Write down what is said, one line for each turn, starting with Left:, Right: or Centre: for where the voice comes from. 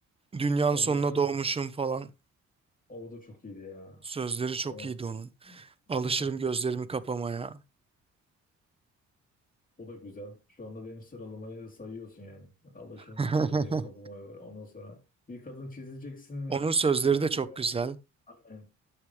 Right: Dünyanın
Left: Onun
Right: sonuna
Left: dışında
Right: doğmuşum falan.
Left: o da çok iyiydi ya.
Right: Sözleri çok
Left: O.
Right: iyiydi onun.
Left: <laughs>
Right: Alışırım gözlerimi kapamaya.
Left: O da güzel. Şu anda benim sıralamayı sayıyorsun yani. Alışın
Right: <laughs>
Left: gözlerimi kapamaya var. Ondan sonra bir kadın çizeceksin
Right: Onun sözleri
Left: biraz
Right: de çok
Left: böyle
Right: güzel.
Left: aynen.